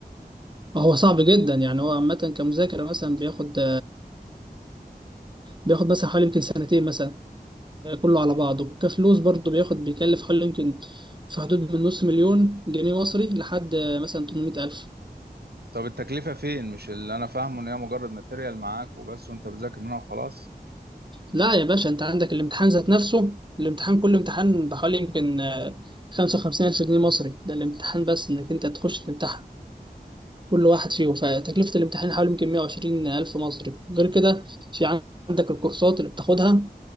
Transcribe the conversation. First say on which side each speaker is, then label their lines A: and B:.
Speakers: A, on the right (about 30°); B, on the right (about 80°).
A: هو صعب جدا يعني هو عامة كمذاكرة مثلا بياخد بياخد مثلا حوالي يمكن سنتين مثلا كله على بعضه كفلوس برضه بياخد بيكلف حوالي يمكن في حدود من نص مليون جنيه مصري لحد مثلا 800 ألف
B: طب التكلفة فين مش اللي انا فاهمه ان هي مجرد ماتيريال معاك وبس وانت بتذاكر منها وخلاص
A: لا يا باشا انت عندك الامتحان ذات نفسه الامتحان كل امتحان بحوالي يمكن آه، 55 الف جنيه مصري ده الامتحان بس انك انت تخش تمتحن كل واحد فيهم فتكلفة الامتحان حوالي يمكن 120 الف مصري غير كده في عندك الكورسات اللي بتاخدها